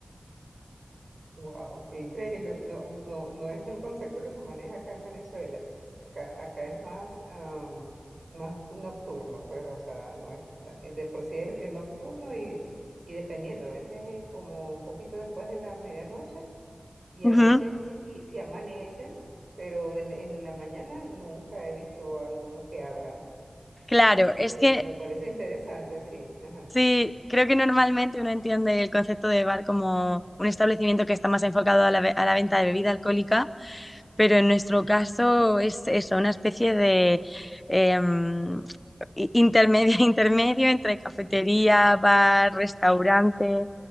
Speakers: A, on the right; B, on the left.
A: Wow, qué increíble. No, no, no es el concepto que se maneja acá en Venezuela. Acá, acá es más, am, más nocturno, pues, o sea, no es, eh, de por sí es, es nocturno y, y dependiendo, a veces es como un poquito después de la medianoche y
B: Ujú.
A: a veces sí, sí amanece, ¿no? Pero en, en la mañana nunca he visto a alguno que abra, ¿no?
B: Claro,
A: Este,
B: es que
A: me parece interesante, sí, ajá.
B: Sí, creo que normalmente uno entiende el concepto de bar como un establecimiento que está más enfocado a la, ve- a la venta de bebida alcohólica, pero en nuestro caso es eso, una especie de em, i- intermedio, <laughs> intermedio entre cafetería, bar, restaurante.